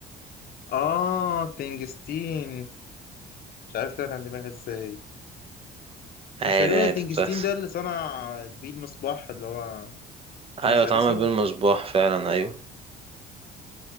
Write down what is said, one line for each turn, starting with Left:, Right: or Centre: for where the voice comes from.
Left: آه تنجستين مش عارف طلعت عن دماغي ازاي
Right: عادي
Left: مش تقريبا التنجستين
Right: عادي بتحصل
Left: ده اللي صنع بيه المصباح اللي هو توماس
Right: ايوه اتعمل
Left: أديسون
Right: بالمصباح فعلا ايوه